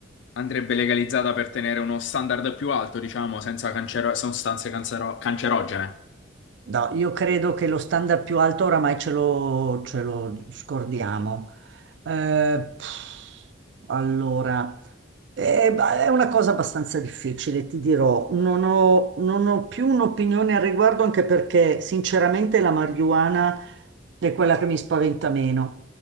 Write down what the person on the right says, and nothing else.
No, io credo che lo standard più alto oramai ce lo, ce lo scordiamo. Eh, pff, allora, eh, ba- è una cosa abbastanza difficile, ti dirò. Non ho, non ho più un'opinione al riguardo, anche perché sinceramente la marijuana è quella che mi spaventa meno.